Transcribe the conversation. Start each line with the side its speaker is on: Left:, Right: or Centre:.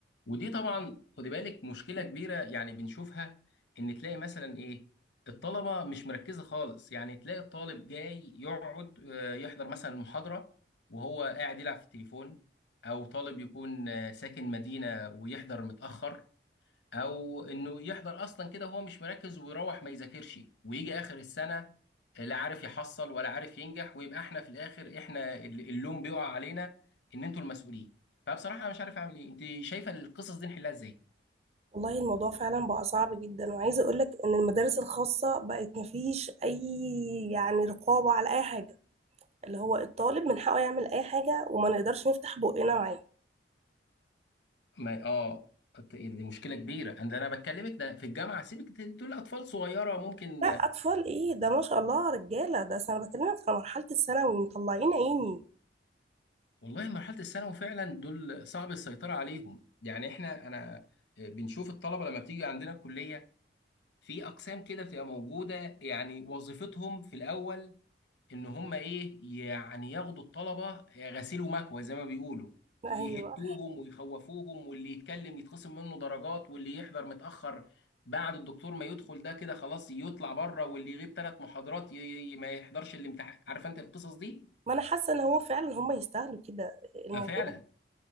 Left: ودي طبعا خدي بالك مشكله كبيره يعني بنشوفها ان تلاقي مثلا ايه الطلبه مش مركزه خالص يعني تلاقي الطالب جاي يقعد آه، يحضر مثلا المحاضره وهو قاعد يلعب في التليفون او طالب يكون آه، ساكن مدينه ويحضر متاخر او انه يحضر اصلا كده وهو مش مركز ويروح ما يذاكرش ويجي اخر السنه لا عارف يحصل ولا عارف ينجح ويبقى احنا في الاخر احنا ال- اللوم بيقع علينا ان انتوا المسؤولين فبصراحه انا مش عارف اعمل ايه انت شايفه القصص دي نحلها ازاي
Right: والله الموضوع فعلا بقى صعب جدا وعايزه اقول لك ان المدارس الخاصه بقت مفيش اي يعني رقابه على اي حاجه اللي هو الطالب من حقه يعمل اي حاجه وما نقدرش نفتح بقنا معاه
Left: ما اه أت- دي مشكله كبيره انا انا بكلمك ده في الجامعه سيبك د- دول اطفال صغيره ممكن
Right: لا اطفال ايه ده ما شاء الله رجاله ده أصل انا بكلمك في مرحله الثانوي مطلعين عيني
Left: والله مرحله الثانوي فعلا دول صعب السيطره عليهم يعني احنا انا آه، بنشوف الطلبه لما بتيجي عندنا الكليه في اقسام كده بتبقى موجوده يعني وظيفتهم في الاول ان هم ايه يعني ياخدوا الطلبه غسيل ومكوى زي ما بيقولوا
Right: ايوه
Left: يهتوهم ويخوفوهم واللي يتكلم يتخصم منه درجات واللي يحضر متاخر بعد الدكتور ما يدخل ده كده خلاص يطلع بره واللي يغيب ثلاث محاضرات ي... ي- ما يحضرش الامتحان عارف انت القصص دي
Right: ما انا حاسه ان هو فعلا هم يستاهلوا كده الموضوع
Left: آه، فعلا